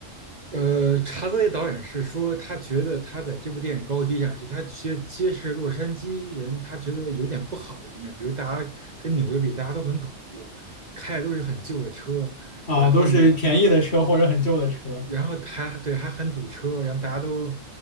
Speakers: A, on the right (about 40°); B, on the left (about 55°).
A: 呃，查泽雷导演是说，他觉得他在这部电影里包括第一场戏，他觉得揭示洛杉矶人，他觉得有点不好的一面，比如大家跟纽约比，大家都很土，开的都是很旧的车，
B: 啊、
A: 然后呢，
B: 都是便宜的车或者很旧的车。
A: 然后还对还很堵车，然后大家都，